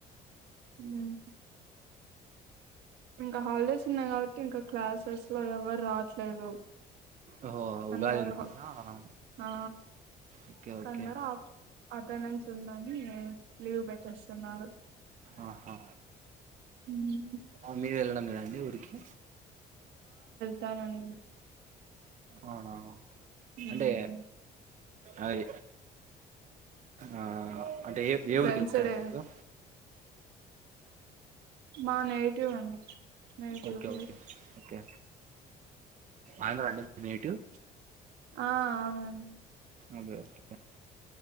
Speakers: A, on the right; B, on the right.
A: అం ఇంకా హాలిడేస్ ఉన్నాయి కాబట్టి ఇంకా క్లాసెస్ ఎవరు రావట్లేదు.
B: ఓహో ఉగాది
A: అందారు
B: ఉంది కదా ఆహా.
A: ఆ
B: ఓకే ఓకే
A: కన్నర్ అక్కడ నుంచి ఉందని లీవ్ పెట్టెస్తున్నారు
B: ఆహా
A: ఉమ్,
B: మీరు వెళ్ళడం కదండి ఊరికి
A: దానాని
B: అవునా
A: ఉమ్,
B: అంటే అది ఆ అంటే ఏ ఏ ఊరిక
A: వెన్స్డే
B: వెళ్తారండి మీరు.
A: మా నేటివ్ అండి. Native
B: okay
A: place
B: okay okay Andhra అండి నేటివ్
A: ఆ అవునన్
B: ఓకే ఓకే